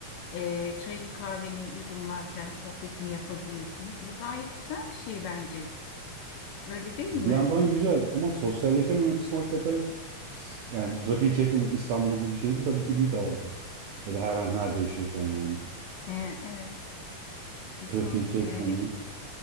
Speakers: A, on the left; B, on the right.
A: E, çayını kahveni yudumlarken sohbetini yapabiliyorsun. Bu gayet güzel bir şey bence. Öyle değil
B: Bir
A: mi?
B: yandan güzel ama sosyalleşememe kısmı hakikaten s- yani trafiği çekmemek İstanbul gibi bir şeyde tabii ki büyük avantaj. Ya da her an nerede yaşıyorsan yani.
A: E, evet, kesinlikle
B: Trafiği çekmemek.
A: öyle.